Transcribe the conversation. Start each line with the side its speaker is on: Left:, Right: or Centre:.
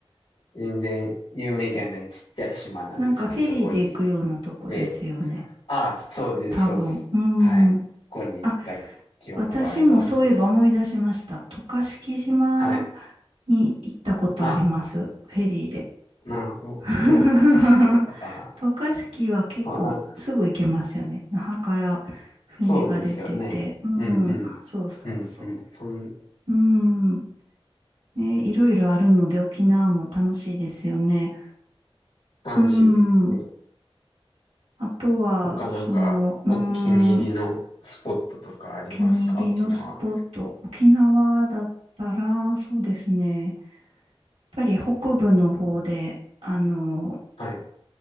Left: 全然有名じゃないちっちゃい島なんですけど、
Right: なんかフェリーで行くようなとこですよね。
Left: そこに行って、ああ、そうです、
Right: 多分。
Left: そうです。
Right: うーん。
Left: はい。ここに行った記憶はありますね。
Right: あ、私もそういえば思い出しました。渡嘉敷島
Left: はい。
Right: に行ったことあります。
Left: あ、
Right: フェリーで。
Left: なるほど。
Right: <laughs>
Left: 僕も渡嘉敷やったかな。
Right: 渡嘉敷は結構すぐ行けますよね。
Left: そう、なんか、
Right: 那覇から船が出てて。
Left: そうですよね。
Right: うん。
Left: うんうん。
Right: そうそうそ
Left: うんうん。そん、
Right: う。うん。ね、いろいろあるので沖縄も楽しいですよね。
Left: 楽しいですね。
Right: うん。あとは、
Left: 他なんかお気に入りのスポットとかありますか沖縄。
Right: そう、うーん、お気に入りのスポット、沖縄だったら、そうですね、やっぱり北部の方で、あの、
Left: はい。